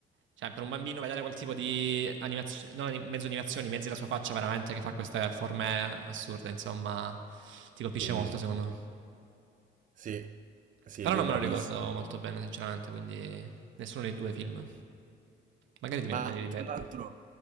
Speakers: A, on the right; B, on the right.
A: Cioè, per un bambino vedere quel tipo di animazioni, non anim- mezzo animazioni, mezzo della sua faccia veramente che fa queste forme assurde, insomma, ti colpisce
B: sì,
A: molto, secondo
B: sì.
A: me.
B: Sì, sì,
A: Però
B: lui
A: non
B: è bravissimo.
A: me lo ricordo molto bene, sinceramente, quindi nessuno dei due film. Magari me
B: Ma
A: li rivedo.
B: tra l'altro